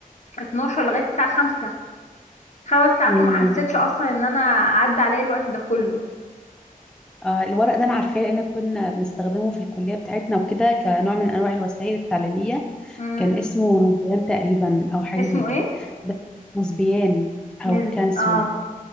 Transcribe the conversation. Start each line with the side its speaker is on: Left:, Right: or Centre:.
Left: 12 لغاية الساعة 5 خمس ساعات
Centre: امم
Left: وما حسيتش اصلا ان انا عدى عليا الوقت ده كله
Centre: آه الورق ده انا عارفاه لان كنا بنستخدمه في الكليه بتاعتنا وكده كنوع من انواع الوسائل التعليميه
Left: امم
Centre: كان اسمه نصبيان تقريبا او حاجه
Left: اسمه
Centre: زي كده
Left: ايه
Centre: بس نصبيان
Left: نسبي
Centre: او كانسيون
Left: اه